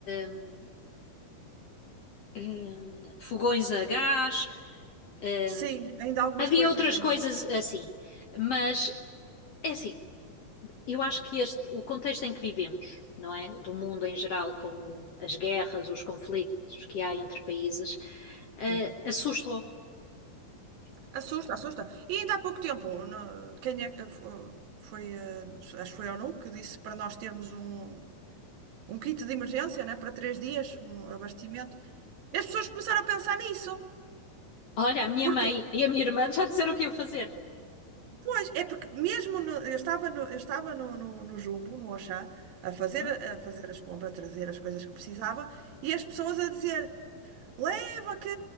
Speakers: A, on the left; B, on the right.
A: hum, hum, fogões a gás, hum,
B: Sim, ainda algumas
A: havia
B: coisas
A: outras
B: ainda.
A: coisas assim, mas é assim, Eu acho que este, o contexto em que vivemos, não é? Do mundo em geral, com as guerras, os conflitos que há entre países, eh,
B: Sim.
A: assustou.
B: Assusta, assusta. E ainda há pouco tempo, no- quem é, eh, fo- foi, eh, acho que foi a ONU que disse para nós termos um, um kit de emergência, né, para três dias, um abastecimento. E as pessoas começaram a pensar nisso.
A: Olha, a minha
B: Porque
A: mãe e a minha irmã já disseram o que iam fazer.
B: Pois, é porque mesmo no- eu estava no, eu estava no, no, no Jumbo, no Auchan, a fazer,
A: Uhum.
B: a fazer as compras, a trazer as coisas que precisava, e as pessoas a dizer, Leva que.